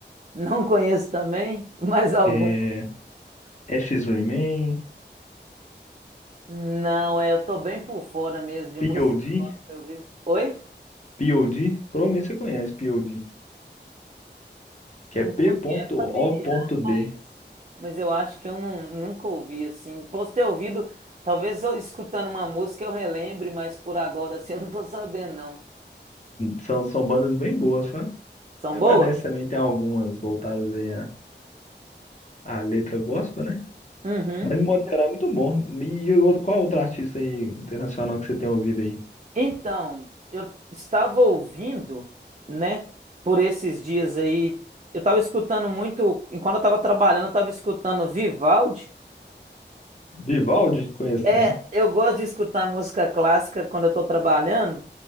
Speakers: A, on the right; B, on the left.
A: Não conheço também, mais algum.
B: é, Ashes Remain,
A: Não, é, eu tô bem por fora mesmo de
B: POD,
A: música gospel, viu? Oi?
B: POD, provavelmente você conhece POD, que
A: O
B: é
A: nome
B: P O
A: é familiar,
B: D
A: mas eu acho que eu não, nunca ouvi assim. Posso ter ouvido, talvez eu escutando uma música eu relembre, mas por agora assim eu não tô sabendo, não.
B: São, são bandas bem boas, sabe?
A: São
B: Evanescence
A: boas?
B: também tem algumas voltadas aí à, à letra gospel, né?
A: Uhum.
B: Mas, no modo geral, é muito bom. E outro- qual outro artista aí internacional que você tem ouvido aí?
A: Então, eu estava ouvindo, né, por esses dias aí, eu estava escutando muito, enquanto eu estava trabalhando, eu estava escutando Vivaldi.
B: Vivaldi? Conheço,
A: É,
B: não.
A: eu gosto de escutar música clássica quando eu estou trabalhando.